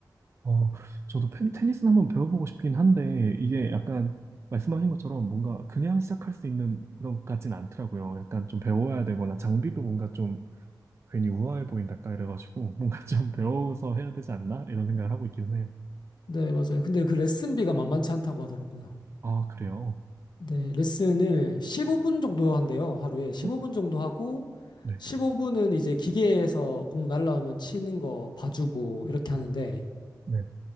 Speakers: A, on the right; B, on the left.
A: 어, 저도 펜- 테니스는 한번 배워보고 싶긴 한데, 이게 약간 말씀하신 것처럼 뭔가 그냥 시작할 수 있는 그런 것 같진 않더라고요. 약간 좀 배워야 되거나 장비도 뭔가 좀 괜히 우아해 보인다, 약간 이래가지고 뭔가 좀 <laughs> 배워서 해야 되지 않나? 이런 생각을 하고 있기는 해요.
B: 네, 맞아요. 근데 그 레슨비가 만만치 않다고 하더라고요.
A: 아, 그래요?
B: 네, 레슨을 15분 정도 한대요, 하루에. 15분
A: 응?
B: 정도 하고,
A: 네.
B: 15분은 이제 기계에서 공 날라오면 치는 거 봐주고, 이렇게 하는데,
A: 네.